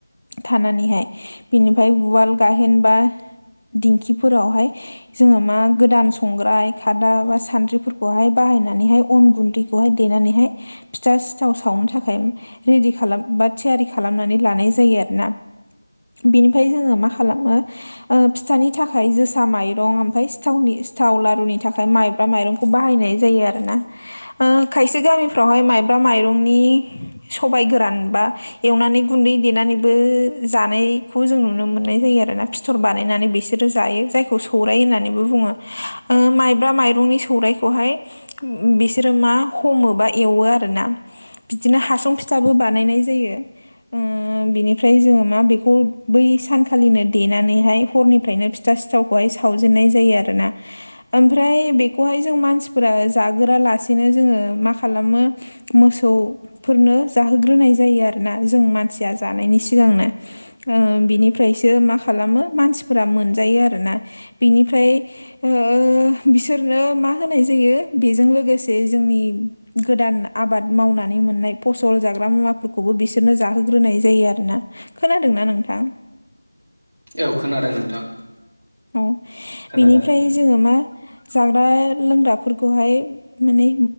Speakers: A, on the left; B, on the right.
A: थानानैहाय बिनिफ्राय उवाल गाहेनबा दिंखिफोरावहाय जोङो मा गोदान संग्राय दा बा सानद्रिफोरखौहाय बाहायनानैहाय अन गुन्दैखौहाय देनानैहाय फिथा सिथाव सावनो थाखाय रेडि खालाम बा थियारि खालामनानै लानाय जायो आरोना। बिनिफ्राय जोङो मा खालामो ओ फिथानि थाखाय जोसा माइरं' ओमफ्राय सिथावनि सिथाव लारुनि थाखाय माइब्रा माइरं'खौ बाहायनाय जायो आरोना। ओ खायसे गामिफ्रावहाय माइब्रा माइरं'नि सबाय गोरान बा एवनानै गुन्दै देनानैबो जानायखौ जों नुनो मोननाय जायो आरोना। फिथर बानायनानै बिसोरो जायो जायखौ सौराय होननानैबो बुङो ओ माय ब्रा माइरंनि सौराइखौहाय बिसोरो मा हमो बा एवो आरोना। बिदिनो हासं' फिथाबो बानायनाय जायो। ओ बिनिफ्राय जोङो मा बेखौ बै सानखालिनो देनानैहाय हरनिफ्रायनो सिथा सिथावखौहाय सावजेननाय जायो आरोना। ओमफ्राय बेखौहाय जों मानसिफोरा जाग्रोआलासेनो जोङो मा खालामो मोसौफोरनो जाहोग्रोनाय जायो आरोना जों मानसिया जानायनि सिगांनो। ओ बिनिफ्रायसो मा खालामो मानसिफोरा मोनजायो आरोना बिनिफ्राय ओ बिसोरनो मा होनाय जायो बेजों लोगोसे जोंनि गोदान आबाद मावनानै मोननाय फसल जाग्रा मुवाफोरखौबो बिसोरनो जाहोग्रोनाय जायो आरोना। खोनादोंना नोंथां?
B: औ खोनादों नोंथां।
A: औ
B: खोनागासिनो।
A: बिनिफ्राय जोङो मा जाग्रा लोंग्राफोरखौहाय माने